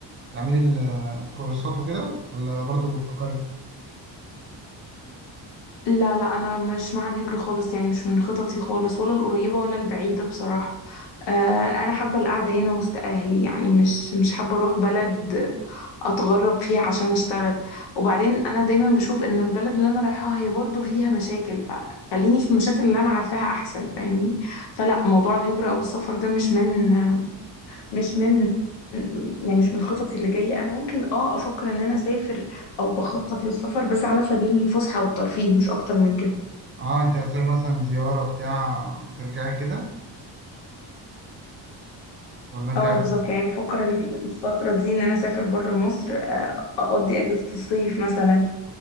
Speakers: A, on the right; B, on the left.
A: تعملي ال- الكورسات وكده ولا برضو بتفكري
B: لا لا انا مش مع الهجرة خالص يعني مش من خططي خالص ولا القريبة ولا البعيدة بصراحة آه انا حابة القعدة هنا وسط اهلي يعني مش مش حابة اروح بلد اتغرب فيها عشان اشتغل وبعدين انا دايما بشوف ان البلد اللي انا رايحاها هي برضو فيها مشاكل فخليني في المشاكل اللي انا عارفاها احسن فاهمني فلا موضوع الهجرة او السفر ده مش من مش من يعني مش من خططي اللي جاية أنا ممكن اه أفكر إن أنا أسافر أو بخطط للسفر بس على سبيل الفسحة والترفيه مش أكتر من كده
A: اه انت هتروحي مثلا زياره بتاع وترجعي كده ولا انت
B: اه
A: عايز
B: بالظبط يعني بفكر ال- الفترة دي إن أنا أسافر بره مصر آه، أقضي أجازة الصيف مثلا